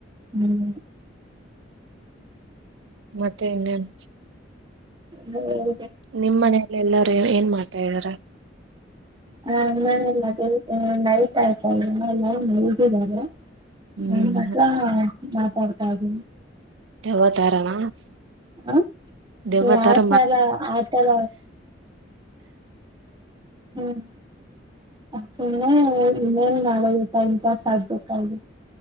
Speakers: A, on the right; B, on the right.
A: ಹ್ಮ್
B: ಮತ್ತೆ ಇನ್ನೇನ್
A: ಹ್ಮ್
B: ನಿಮ್ ಮನಲ್ಲ ಎಲ್ಲಾರು ಏನ್ ಮಾಡ್ತಾರೆ ಇದರೆ
A: ಹ ನಮ್ಮಲ್ಲಿ ನೈಟ್ ಆಯ್ತಲ್ಲ ಮಲ್ಗಿದಾರೆ <unintelligible>
B: ಹ್ಮ್
A: <unintelligible> ನನ್ ಮಗ ಕೊಡ್ತದು
B: ದೆ್ವತಾರಾನ
A: ಹಾ
B: ದೆವತಾರ
A: ಯಾವ ತರ ಆತರ ಹ್ಮ್ ಆಕ್ಟುಲ್ಲಿ ಏನ್ ಮಾಡೋದು ಟೈಮ್ ಪಾಸ್ ಆಗ್ಬೇಕಾ